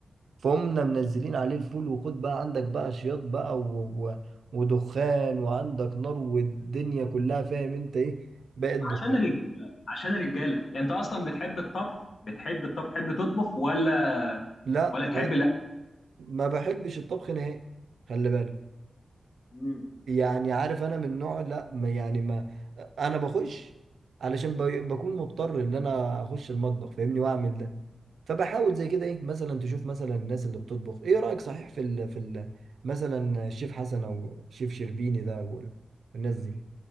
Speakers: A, on the right (about 85°); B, on the left (about 75°).
A: فقمنا منزلين عليه الفول وخد بقى عندك بقى شياط بقى و... و... ودخان وعندك نار والدنيا كلها فاهم انت ايه بقت دخان
B: عشان الرجاله عشان الرجاله يعني انت اصلا بتحب الطبخ بتحب الطبخ تحب تطبخ ولا
A: لا
B: ولا
A: ما
B: تحب الاكل
A: ما بحبش الطبخ نهائي خلي بالك
B: مم.
A: يعني عارف انا من نوع لا ما يعني ما انا بخش علشان ب- بكون مضطر ان انا اخش المطبخ فاهمني واعمل ده فبحاول زي كده ايه مثلا تشوف مثلا الناس اللي بتطبخ ايه رأيك صحيح في ال في ال مثلا الشيف حسن او شيف شربيني ده وال- والناس دي